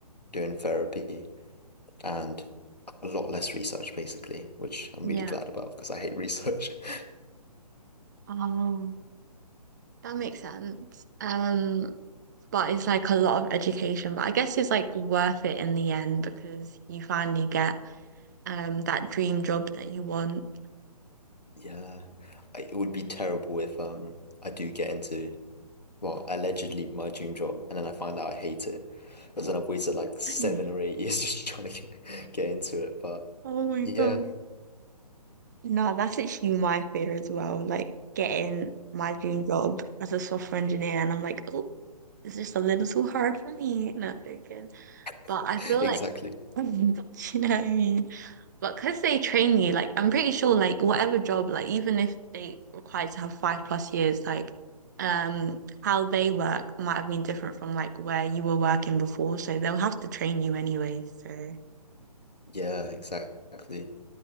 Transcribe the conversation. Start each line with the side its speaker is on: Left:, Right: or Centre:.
Left: doing therapy, and a lot less research basically, which I'm
Right: yeah.
Left: really glad about because I hate research. <laughs>
Right: Oh, that makes sense. Um, but it's like a lot of education, but I guess it's like worth it in the end because you finally get um that dream job that you want.
Left: Yeah, I- it would be terrible if um I do get into well allegedly my dream job and then I find out I hate it, because then I've wasted like seven
Right: Yeah. <laughs>
Left: or eight years <laughs> just trying to get, get into it. But
Right: Oh my
Left: yeah,
Right: God. No, that's literally my fear as well. Like getting my dream job as a software engineer, and I'm like, oh, it's just a little too hard for me. No, I'm joking. But
Left: <laughs>
Right: I feel
Left: exactly.
Right: like, <laughs> you know what I mean? But because they train you, like, I'm pretty sure, like, whatever job, like, even if they require you to have five plus years, like, um, how they work might have been different from like where you were working before. So they'll have to train you anyway. So,
Left: Yeah, exactly.